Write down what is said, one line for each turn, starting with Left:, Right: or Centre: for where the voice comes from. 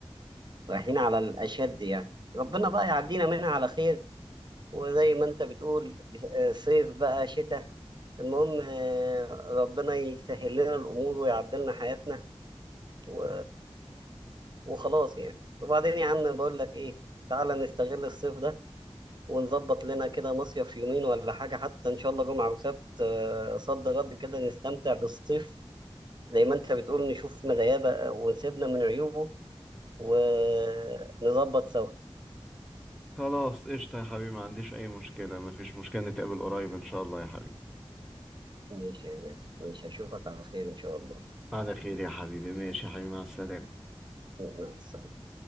Right: رايحين على الأشد يعني ربنا بقى يعدينا منها على خير وزي ما أنت بتقول آه، صيف بقى شتاء المهم آه، ربنا يسهل لنا الأمور ويعدلنا حياتنا و... وخلاص يعني وبعدين يا عم بقول لك إيه تعالى نستغل الصيف ده ونظبط لنا كده مصيف يومين ولا حاجة حتى إن شاء الله جمعة وسبت آه، صد غد كده نستمتع بالصيف زي ما أنت بتقول نشوف مزاياه بقى ونسيبنا من عيوبه ونظبط سوا
Centre: خلاص قشطة يا حبيبي ما عنديش أي مشكلة ما فيش مشكلة نتقابل قريب إن شاء الله يا حبيبي
Right: ماشي يا غالي ماشي أشوفك على خير إن شاء الله
Centre: على خير يا حبيبي ماشي يا حبيبي مع السلامة
Right: مع السلامة